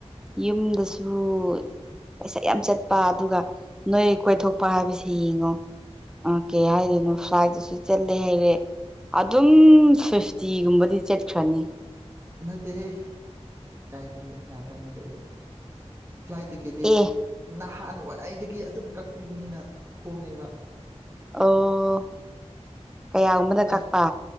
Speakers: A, in the centre; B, on the right (about 20°).
A: ꯌꯨꯝꯗꯁꯨ ꯄꯩꯁꯥ ꯌꯥꯝ ꯆꯠꯄ ꯑꯗꯨꯒ ꯅꯣꯏ ꯀꯣꯏꯊꯣꯛꯄ ꯍꯥꯏꯕꯁꯤ ꯌꯦꯡꯉꯣ ꯎꯝ ꯀꯩ ꯍꯥꯏꯗꯣꯏꯅꯣ ꯐ꯭ꯂꯥꯏꯠꯇꯁꯨ ꯆꯠꯂꯦ ꯍꯥꯏꯔꯦ ꯑꯗꯨꯝ ꯐꯤꯐꯇꯤꯒꯨꯝꯕꯗꯤ ꯆꯠꯈ꯭ꯔꯥꯅꯤ
B: ꯅꯠꯇꯦꯍꯦ ꯀꯔꯥꯏꯗꯒꯤ ꯉꯍꯥꯇꯪꯒꯤꯗꯨꯕꯨ ꯐ꯭ꯂꯥꯏꯠ ꯇꯤꯀꯦꯗꯤ
A: ꯑꯦ
B: ꯅꯍꯥꯟꯋꯥꯏꯗꯒꯤ ꯑꯗꯨꯝ ꯀꯛꯄꯤꯕꯅꯤꯅ ꯍꯣꯡꯉꯦꯕ
A: ꯑꯣ ꯀꯌꯥꯒꯨꯝꯕꯗ
B: ꯑꯗꯨ
A: ꯀꯛꯄ